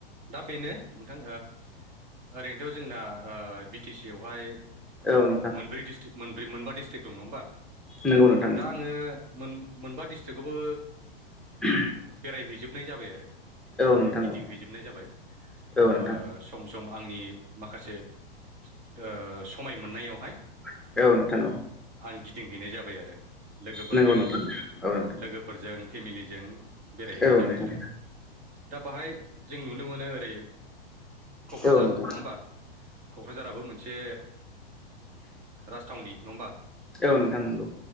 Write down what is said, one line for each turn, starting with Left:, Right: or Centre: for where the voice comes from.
Right: दा बेनो नोंथां। ओरैनोथ' जोंना बि टि सि आवहाय
Centre: औ नोंथां
Right: मोनब्रै डिस्ट्रि मोनब्रै मोनबा डिस्ट्रिक् दङ होमबा
Centre: नंगौ नोंथां नंगौ
Right: दा आङो मोन। मोनबा डिस्ट्रिक्टआवबो
Centre: <inaudible>
Right: बेरायहैजोबनाय जाबाय आरो माने
Centre: औ नोंथां
Right: गिदिंहैजोबनाय
Centre: औ
Right: जाबाय ओ।
Centre: औ नोंथां
Right: सम सम आंनि माखासे ओ समाय मोननायावहाय।
Centre: औ औ नोंथां औ
Right: आं गिदिंहैनाय जाबाय आरो लोगोफोरजों
Centre: नंगौ नोंथां औ नोंथां
Right: लोगो। फोरजों फेमिलिजों। बेरायहैनाय
Centre: औ
Right: जाबाय
Centre: नोंथां
Right: आरो दा बाहाय जों नुनो मोनो ओरै। क'क्राझार
Centre: औ नोंथां
Right: नङा होनबा क'क्राझाराबो मोन। मोनसे राजथावनि नङा होमबा।
Centre: औ नोंथां नंगौ